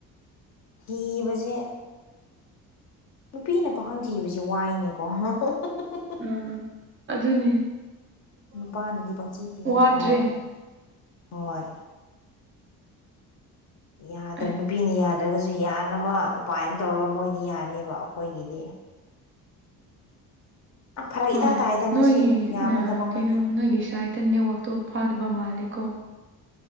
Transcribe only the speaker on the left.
ꯏꯕꯁꯦ ꯅꯨꯄꯤꯅ ꯄꯥꯈꯪꯊꯤꯕꯁꯦ ꯋꯥꯏꯅꯦꯀꯣ <unintelligible>
ꯅꯨꯄꯥꯅꯗꯤ ꯄꯪꯊꯤ ꯊꯤꯑꯕ
ꯍꯣꯏ ꯍꯣꯏ ꯌꯥꯗ꯭ꯔ
ꯅꯨꯄꯤꯅ ꯌꯥꯗ꯭ꯔꯒꯁꯨ ꯌꯥꯅꯕ ꯎꯄꯥꯏ ꯑꯃ ꯇꯧꯔꯒ ꯃꯣꯏꯗꯤ ꯌꯥꯅꯦꯕ ꯑꯩꯈꯣꯏꯒꯤꯗꯤ ꯐꯔꯛ
ꯏꯇꯥ ꯇꯥꯏꯗ ꯃꯁꯤ
ꯌꯥꯕ ꯊꯕꯛ
ꯅꯠꯇꯦ